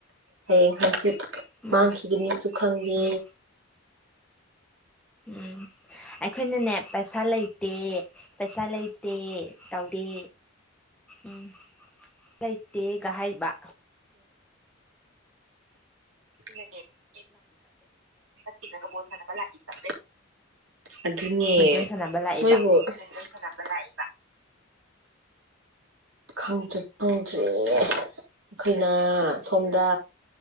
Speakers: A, on the right (about 80°); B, in the centre.
A: ꯍꯌꯦꯡ ꯍꯪꯆꯤꯠ
B: ꯎꯝ
A: ꯃꯥꯡꯈꯤꯒꯅꯤꯁꯨ ꯈꯪꯗꯦ
B: ꯎꯝ ꯎꯝ ꯑꯩꯈꯣꯏꯅꯅꯦ ꯄꯩꯁꯥ ꯂꯩꯇꯦ ꯄꯩꯁꯥ ꯂꯩꯇꯦ ꯇꯧꯗꯦ ꯎꯝ ꯂꯩꯇꯦꯒ ꯍꯥꯏꯕ
A: <unintelligible> ꯁꯤꯗꯒ ꯕꯣꯜ ꯁꯥꯅꯕ ꯂꯛꯏꯕ ꯑꯗꯨꯅꯦ
B: ꯕꯦꯠꯃꯤꯟꯇꯟ ꯁꯥꯟꯅꯕ ꯂꯥꯛꯏꯕ
A: ꯃꯣꯏꯕꯨ ꯂꯥꯛꯏꯕ ꯈꯪꯗ꯭ꯔꯦ ꯈꯪꯗꯔꯦ ꯑꯩꯈꯣꯏꯅ ꯁꯣꯝꯗ